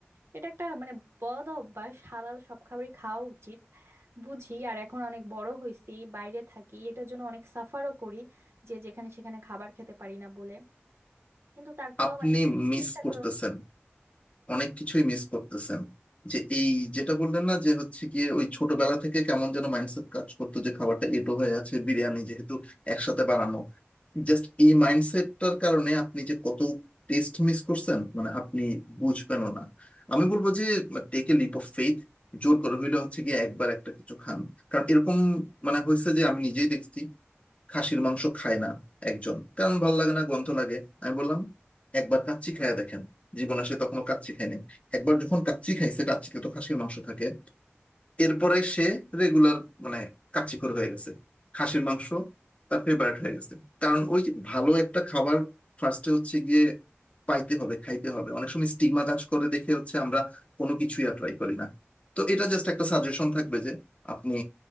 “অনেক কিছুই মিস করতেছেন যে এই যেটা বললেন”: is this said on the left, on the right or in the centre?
Left